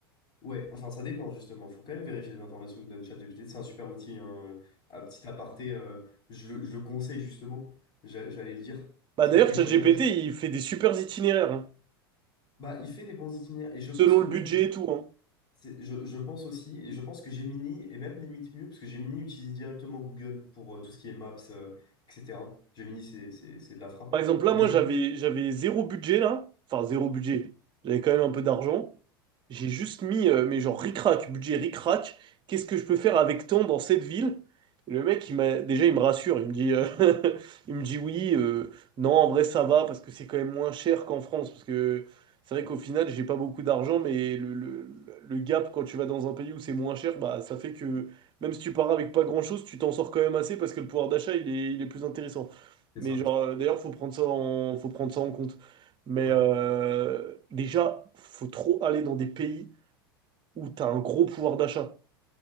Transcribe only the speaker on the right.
Bah
d'ailleurs,
ChatGPT,
il fait des super itinéraires, hein,
selon
le
budget et tout, hein.
Par exemple,
là, moi, j'avais j'avais zéro budget, là. Enfin, zéro budget. J'avais quand même un peu d'argent. J'ai juste mis, euh, mais genre ric-rac, budget ric-rac, qu'est-ce que je peux faire avec tant dans cette ville? Et le mec, il m'a déjà, il me rassure, il me dit, euh, <laughs> il me dit oui, euh, non, en vrai, ça va, parce que c'est quand même moins cher qu'en France, parce que c'est vrai qu'au final, j'ai pas beaucoup d'argent, mais le, le, le gap, quand tu vas dans un pays où c'est moins cher, bah, ça fait que même si tu pars avec pas grand-chose, tu t'en sors quand même assez, parce que le pouvoir d'achat, il est, il est plus intéressant.
Mais
genre, euh, d'ailleurs, faut prendre ça en, faut prendre ça en compte. Mais
euh, déjà, faut trop aller dans des pays où tu as un gros pouvoir d'achat.